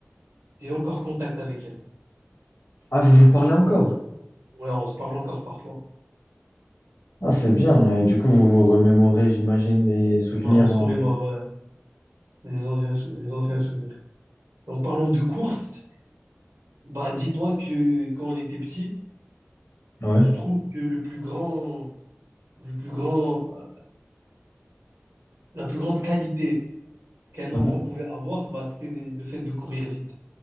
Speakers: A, on the right (about 80°); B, on the left (about 70°).
A: j'ai encore contact avec elle.
B: Ah, vous vous parlez encore?
A: Ouais, on se parle encore parfois.
B: Ah, c'est bien. hein. Et du coup, vous vous remémorez, j'imagine, les souvenirs
A: Ouais, on se
B: en...
A: remémore euh, les anciens, sou- les anciens souvenirs. En parlant de course, bah, dis-toi que quand on était petit,
B: Ouais.
A: je trouve que le plus grand, le plus grand, euh, la plus grande qualité qu'un
B: Ouais.
A: enfant pouvait avoir, bah, c'était le fait de courir vite.